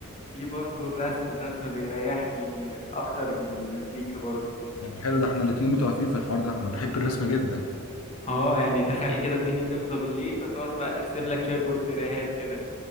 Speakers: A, on the left; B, on the left.
A: في برضو الرسم الرسم بيريحني اكتر من المزيكا برضو
B: طب حلو ده احنا الاتنين متوافقين في الحوار ده انا بحب الرسم جدا
A: اه يعني تخيل كده الدنيا تفضى بالليل فتقعد بقى ترسم لك شوية بورتريهات كده